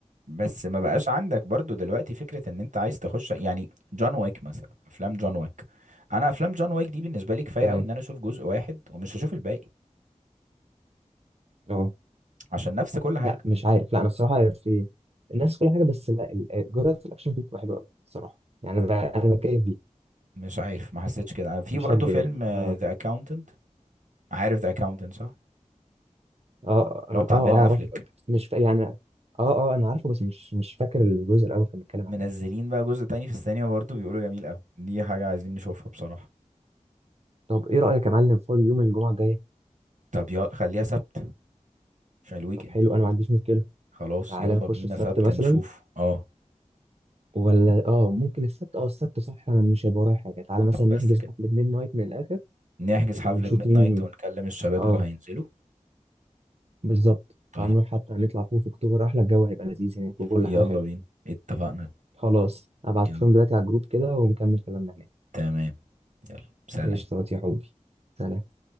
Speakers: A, on the right; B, on the right.
A: بس ما بقاش عندك برضو دلوقتي فكرة ان انت عايز تخش يعني جون ويك مثلا افلام جون ويك انا افلام جون ويك دي بالنسبة لي كفاية
B: تمام
A: قوي ان انا اشوف جزء واحد ومش هشوف الباقي
B: اه
A: عشان نفس كل حاجة
B: لا مش عارف لا انا الصراحه في الناس كل حاجه بس لا ال- جرعه الاكشن فيه بتبقى حلوه قوي الصراحه يعني انا ب- انا بتكيف بيها
A: مش عارف ما حسيتش كده أنا في
B: مش
A: برضو
B: هكدب
A: فيلم
B: يعني اه
A: ذا اكاونتنت عارف ذا اكاونتنت صح
B: اه
A: اللي
B: اه
A: هو بتاع
B: اه أه،
A: بين افليك
B: اعرف مش فا... يعني اه اه انا عارفه بس مش مش فاكر الجزء الاول كان بيتكلم
A: منزلين
B: عن ايه
A: بقى جزء تاني في السينما برضو بيقولوا جميل قوي دي حاجة عايزين نشوفها بصراحة
B: طب ايه رايك يا معلم فاضي يوم الجمعه الجايه
A: طب يلا خليها سبت عشان الويكند
B: طب حلو انا ما عنديش مشكله
A: خلاص
B: تعالى
A: يلا
B: نخش
A: بينا
B: السبت
A: سبت
B: مثلا
A: نشوف اه
B: ولا اه ممكن السبت اه السبت صح انا مش هيبقى ورايا حاجه تعالى مثلا
A: طب بس
B: نحجز
A: كده
B: حفله ميد نايت من الاخر
A: نحجز حفلة
B: ونشوف
A: ميد
B: مين
A: نايت ونكلم الشباب
B: اه
A: لو هينزلوا
B: بالظبط
A: طيب
B: تعالى نروح حتى نطلع فوق في اكتوبر احلى الجو هيبقى لذيذ هناك وكل
A: يلا
B: حاجه حلوه
A: بينا اتفقنا
B: خلاص ابعت
A: يلا
B: لهم دلوقتي على الجروب كده ونكمل كلامنا هناك
A: تمام يلا سلام
B: ايش يا حبي سلام